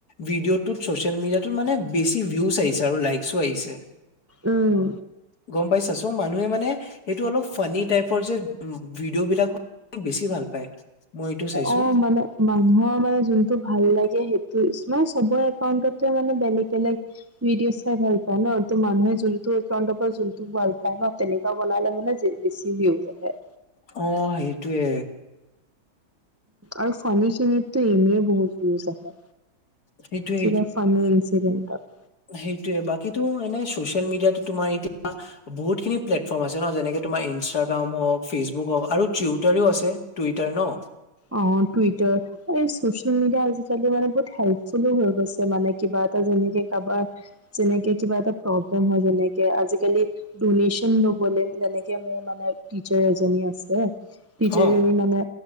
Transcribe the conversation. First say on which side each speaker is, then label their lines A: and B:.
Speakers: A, on the left; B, on the right.
A: ভিডিঅ'টোত ছ'চিয়েল মিডিয়াটোত মানে বেছি ভিউজ আহিছে আৰু লাইকচো আহিছে।
B: উম।
A: গম পাইছ চ মানুহে মানে সেইটো অলপ ফানি টাইপ তৰ যে উ ভিডিঅ' বিলাক বেছি ভাল পায় মই এইটো চাইছো
B: অ' মানে মানুহৰ মানে জোনটো ভাল লাগে সেইটোৱে ইউজ মানে চবৰ একাউণ্টতে মানে বেলেগ বেলেগ ভিডিঅ' চাই ভাল পোৱা ন ত' মানুহে জোনটো <unintelligible> পায় ন তেনেকুৱা বনালে মানে বেছি <unintelligible>
A: অ' সেইটোৱে
B: আৰু চানী চনীতো এনে বহুত ভিউজ আহে
A: সেইটোয়ে
B: কিবা <unintelligible>
A: সেইটোৱে বাকীতো এনে চচিয়েল মিডিয়াটো তোমাৰ এতিয়া বহুতখিনি প্লেটফৰ্ম আছে ন যেনেকে তোমাৰ ইনষ্টাগ্ৰাম হওক ফেচবুক হওক আৰু টুইটাৰও আছে টুইটাৰ ন
B: অ' টুইটাৰ এই চচিয়েল মিডিয়া আজিকালি মানে বহুত হেল্পফুলো হৈ গৈছে মানে কিবা এটা যেনেকে কাৰবাৰ যেনেকে কিবা এটা প্ৰব্লেম হয় যেনেকে আজিকালি উনৈছ <unintelligible> নগ'লে যেনেকে মোৰ মানে টিচাৰ এজনী আছে। টিচাৰজনী
A: অ
B: মানে